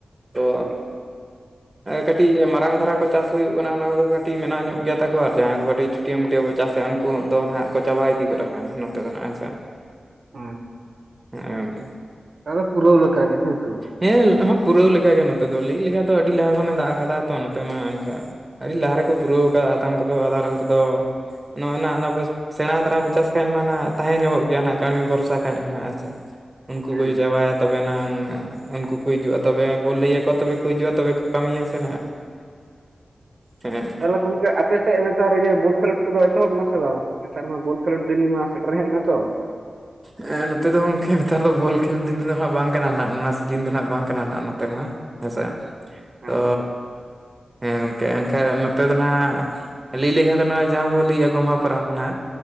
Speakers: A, on the right; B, on the right.
A: ᱛᱚ
B: ᱟᱪᱪᱷᱟ
A: ᱠᱟᱹᱴᱤᱡ ᱢᱟᱨᱟᱝ ᱫᱷᱟᱨᱟ ᱠᱚ ᱪᱟᱥ ᱦᱩᱭᱩᱜ ᱠᱟᱱᱟ, ᱚᱱᱟ ᱠᱚᱫᱚ ᱠᱟᱹᱴᱤᱡ ᱢᱮᱱᱟᱜ ᱧᱚᱜ ᱜᱮᱭᱟ ᱛᱟᱠᱚ, ᱟᱨ ᱡᱟᱦᱟᱸᱭ ᱠᱚ ᱠᱟᱹᱴᱤᱡ ᱪᱷᱴᱭᱟᱹ ᱢᱩᱴᱭᱟᱹ ᱵᱚᱱ ᱪᱟᱥᱮᱫ-ᱟ ᱩᱱᱠᱩ ᱫᱚ ᱱᱟᱦᱟᱜ ᱠᱚ ᱪᱟᱵᱟ ᱤᱫᱤ ᱜᱚᱫ ᱟᱠᱟᱱᱟ ᱱᱚᱛᱮ ᱫᱚᱱᱦᱟᱜ ᱦᱮᱸ ᱥᱮ᱾
B: ᱟᱸ
A: ᱦᱮ ᱜᱚᱝᱠᱮ᱾
B: ᱛᱚᱵᱮ ᱯᱩᱨᱟᱹᱣ ᱞᱮᱠᱟ ᱜᱮ ᱦᱮᱸ ᱥᱮ? ᱵᱟᱝ
A: ᱦᱮᱸ ᱯᱩᱨᱟᱹᱣ ᱞᱮᱠᱟᱜᱮ ᱱᱚᱛᱮ ᱫᱚ ᱞᱟᱹᱭ ᱞᱮᱠᱷᱟᱡ ᱫᱚ ᱟᱹᱰᱤ ᱞᱟᱦᱟ ᱠᱷᱚᱱᱮ ᱫᱟᱜ ᱠᱟᱫᱟᱭ ᱛᱚ ᱱᱚᱛᱮ ᱢᱟ ᱮᱱ ᱠᱟ ᱟᱹᱰᱤ ᱞᱟᱦᱟ ᱨᱮᱠᱚ ᱯᱩᱨᱟᱹᱣ ᱠᱟᱫᱟ ᱟᱫᱷᱟᱱ ᱠᱚᱫᱚ ᱟᱫᱷᱟ ᱨᱮᱱ ᱠᱚᱫᱚ ᱱᱚᱜ ᱱᱟ ᱚᱱᱟ ᱥᱮᱬᱟ ᱫᱷᱟᱨᱟ ᱵᱚ ᱪᱟᱥ ᱠᱷᱟᱡ ᱢᱟ ᱱᱟ ᱛᱟᱦᱮᱸ ᱧᱚᱜᱚᱜ ᱜᱮᱭᱟ ᱱᱟᱜ ᱠᱟᱹᱢᱤ ᱵᱚᱨᱥᱟ ᱠᱷᱟᱡ ᱢᱟ ᱟᱱᱮ ᱦᱮᱸ ᱥᱮ, ᱩᱱᱠᱩ
B: ᱦᱮᱸ
A: ᱠᱚ ᱪᱟᱵᱟᱭᱟ ᱛᱚᱵᱮ ᱱᱟᱝ ᱩᱱᱠᱩ ᱠᱚ ᱦᱤᱡᱩᱜ-ᱟ ᱛᱚᱵᱮ ᱵᱚᱱ ᱞᱟᱹᱭ ᱟᱠᱚᱣᱟ ᱛᱚᱵᱮ ᱠᱚ ᱦᱤᱡᱩᱜ-ᱟ ᱠᱚ ᱠᱟᱹᱢᱤᱭᱟ ᱥᱮ ᱱᱦᱟᱸᱜ, ᱦᱮᱸ,
B: ᱛᱟᱦᱞᱮ ᱜᱚᱢᱠᱮ ᱟᱯᱮ ᱥᱮᱫ ᱱᱮᱛᱟᱨ ᱨᱮ ᱤᱭᱟᱹ ᱵᱳᱞ ᱠᱷᱮᱞᱳᱰ ᱠᱚᱫᱚ ᱮᱛᱚᱦᱚᱵ ᱮᱱᱟ ᱥᱮ ᱵᱟᱝ? ᱱᱮᱛᱟᱨ ᱢᱟ ᱵᱳᱞ ᱠᱷᱮᱞᱳᱰ ᱫᱤᱱ ᱢᱟ ᱥᱮᱴᱮᱨ ᱦᱮᱡ ᱱᱟᱛᱚ,
A: ᱮ ᱱᱚᱛᱮ ᱫᱚ ᱜᱚᱝᱠᱮ ᱱᱮᱛᱟᱨ ᱫᱚ ᱵᱚᱞ ᱠᱷᱮᱞ ᱫᱤᱱ ᱫᱚ ᱦᱟᱜ ᱵᱟᱝ ᱠᱟᱱᱟ ᱚᱱᱟ ᱥᱤᱡᱤᱱ ᱫᱚ ᱦᱟᱜ ᱵᱟᱝ ᱠᱟᱱᱟ ᱱᱟᱜ ᱱᱚᱛᱮ ᱢᱟ, ᱦᱮᱸᱥᱮ ᱛᱚ
B: ᱟᱪᱪᱷᱟ
A: ᱦᱮᱸ ᱜᱚᱝᱠᱮ, ᱮᱱᱠᱷᱟᱱᱡ ᱱᱚᱛᱮ ᱫᱚ ᱱᱦᱟᱜ ᱞᱟᱹᱭ ᱞᱮᱠᱷᱟᱱ ᱫᱚ ᱱᱚᱜ ᱚᱭ ᱡᱟᱦᱟᱸ ᱵᱚ ᱞᱟᱹᱭ-ᱟ ᱜᱚᱢᱦᱟ ᱯᱟᱨᱟᱵᱽ ᱱᱟ